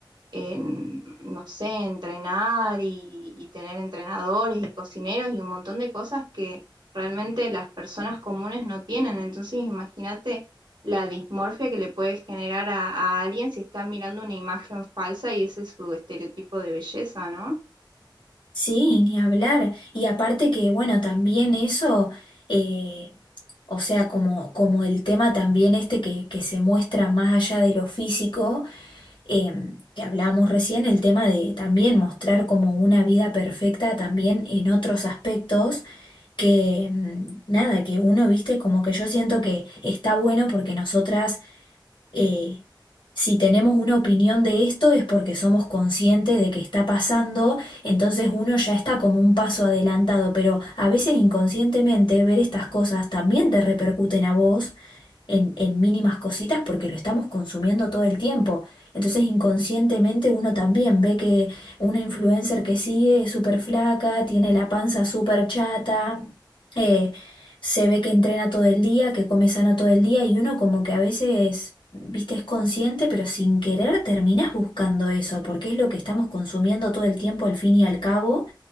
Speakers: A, on the right; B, on the left.
A: en, no sé, entrenar y, y tener entrenadores y cocineros y un montón de cosas que realmente las personas comunes no tienen. Entonces, imagínate la dismorfia que le puede generar a, a alguien si está mirando una imagen falsa y ese es su estereotipo de belleza, ¿no?
B: Sí, ni hablar. Y aparte que, bueno, también eso, eh, o sea, como, como el tema también este que, que se muestra más allá de lo físico. eh, que hablábamos recién, el tema de también mostrar como una vida perfecta también en otros aspectos que mm, nada, que uno, viste, como que yo siento que está bueno porque nosotras, eh, si tenemos una opinión de esto es porque somos conscientes de que está pasando, entonces uno ya está como un paso adelantado, pero a veces inconscientemente ver estas cosas también te repercuten a vos en, en mínimas cositas porque lo estamos consumiendo todo el tiempo. Entonces inconscientemente uno también ve que una influencer que sigue es súper flaca, tiene la panza súper chata, eh, se ve que entrena todo el día, que come sano todo el día y uno como que a veces... Viste, es consciente, pero sin querer terminás buscando eso, porque es lo que estamos consumiendo todo el tiempo al fin y al cabo,